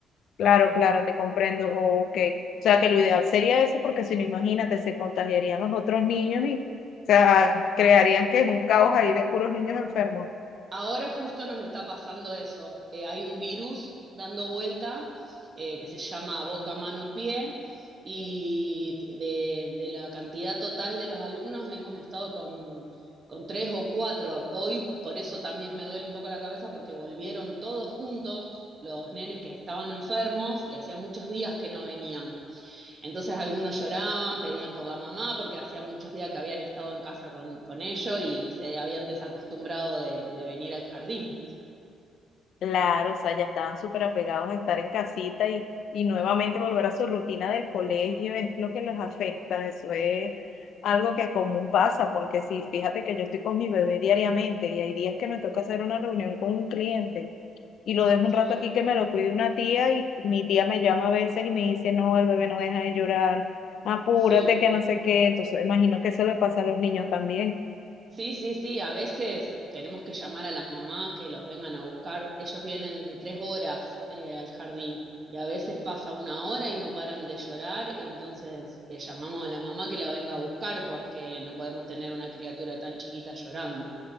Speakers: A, on the left; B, on the right.
A: Claro, claro, te comprendo. Oh, ok. O sea que lo ideal sería eso porque si no, imagínate, se contagiarían los otros niños y, o sea, crearían que es un caos ahí de puros niños enfermos.
B: Ahora justo nos está pasando eso. Eh, hay un virus dando vuelta eh, que se llama boca, mano, pie y de, de la cantidad total de los alumnos hemos estado con, con tres o cuatro. Hoy por eso también me duele un poco la cabeza porque volvieron todos juntos los nenes que estaban enfermos y hacía muchos días que no venían. Entonces algunos lloraban, pedían por la mamá, porque hacía muchos días que habían estado en casa con, con ellos y se habían desacostumbrado de, de venir al jardín.
A: Claro, o sea, ya estaban súper apegados a estar en casita y, y nuevamente volver a su rutina del colegio es lo que les afecta. Eso es algo que común pasa, porque sí, fíjate que yo estoy con mi bebé diariamente y hay días que me toca hacer una reunión con un cliente y lo dejo un
B: Claro,
A: rato aquí que me lo cuide una tía y mi tía me llama a veces y me dice, no, el bebé no deja de llorar, apúrate
B: sí.
A: que no sé qué. Entonces, imagino que eso le pasa a los niños también.
B: Sí, sí, sí, a veces tenemos que llamar a las mamás que los vengan a buscar. Ellos vienen tres horas eh, al jardín y a veces pasa una hora y no paran de llorar y entonces eh, llamamos a la mamá que la venga a buscar porque no podemos tener una criatura tan chiquita llorando.